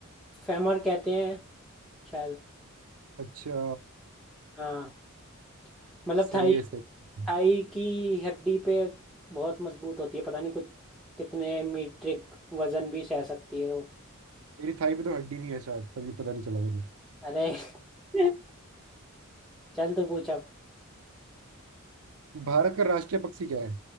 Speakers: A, in the centre; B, on the right.
A: फेमर कहते हैं शायद
B: अच्छा
A: हाँ मतलब
B: सही
A: थाई
B: है सही है।
A: थाई की हड्डी पे बहुत मजबूत होती है पता नहीं कुछ कितने मीट्रिक वजन भी सह सकती है वो
B: मेरी थाई में तो हड्डी नहीं है शायद तभी पता नहीं चला मुझे
A: अरे <laughs> चल तू पूछ अब
B: <laughs> भारत का राष्ट्रीय पक्षी क्या है